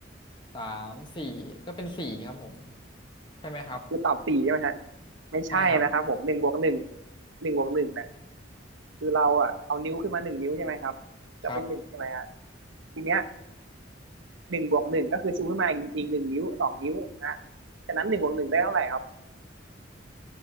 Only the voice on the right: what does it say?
คือตอบสี่ใช่ไหมฮะไม่ใช่นะครับผมหนึ่งบวกหนึ่ง
หนึ่งบวกหนึ่งเนี่ยคือเราอ่ะเอานิ้วขึ้นมาหนึ่งนิ้วใช่ไหมครับก็เป็นหนึ่งใช่ไหมฮะ
ทีเนี้ยหนึ่งบวกหนึ่งก็คือชูขึ้นมาอีกอีกหนึ่งนิ้วสองนิ้วนะฮะฉะนั้นหนึ่งบวกหนึ่งได้เท่าไหร่ครับ